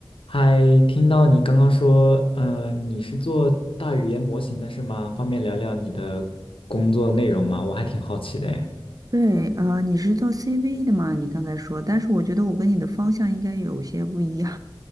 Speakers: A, on the left (about 85°); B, on the right (about 45°).
A: 嗨，听到你刚刚说，嗯，你是做大语言模型的是吗？方便聊聊你的工作内容吗？我还挺好奇的诶。
B: 对啊，呃你是做 CV 的嘛？你刚才说，但是我觉得我跟你的方向应该有些不一样。